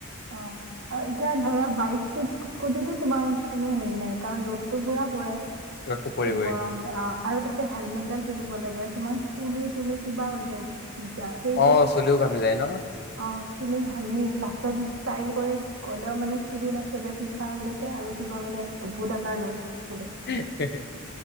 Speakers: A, on the right; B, on the left.
A: অহ আৰু এতিয়া ধৰা বাইকটোত স্কুটিতো তোমাৰ কোনো হেৰি নাই, কাৰণ ৰদটো পুৰা পৰে।
B: ৰ'দটো পৰিবই
A: গৰম অহ আৰু তাতে হেলমেটডাল পিন্ধিব লাগে, তোমাৰ চুলি তুলি কিবা হৈ যায়। তাকে
B: অ'
A: যে
B: চুলিও ঘামি যায় ন।
A: অহ, চুলি ঘামেই লা ষ্টাইল কৰি গলেও মানে চুলি লাষ্টত যে পিঠা হৈ থাকে আৰু কিবা মানে উদ্ভুত আকাৰ লয়। চুলি
B: হে হে